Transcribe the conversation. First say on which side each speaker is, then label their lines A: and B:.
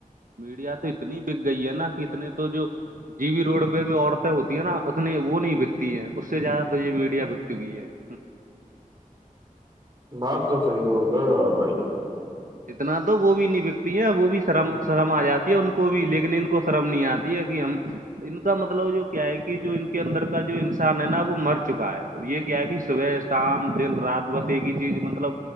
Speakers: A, on the right; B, on the right.
A: میڈیا تو اتنی بک گئی ہے نا کہ اتنے تو جو جی بھی روڈ پہ بھی عورتیں ہوتی ہیں نا اتنی وہ نہیں بکتی ہیں اس سے زیادہ تو یہ میڈیا بک چکی ہے <inaudible>
B: بات تو صحری بول رہے بھائی جان
A: اتنا تو وہ بھی نہیں بکتی ہے وہ بھی شرم شرم آ جاتی ہے ان کو بھی لیکن ان کو شرم نہیں آتی ہے کہ ہم ان کا مطلب جو کیا ہے کہ جو ان کے اندر کا جو انسان ہے نا وہ مر چکا ہے یہ کیا ہے کہ صبح شام دن رات بس ایک ہی چیز مطلب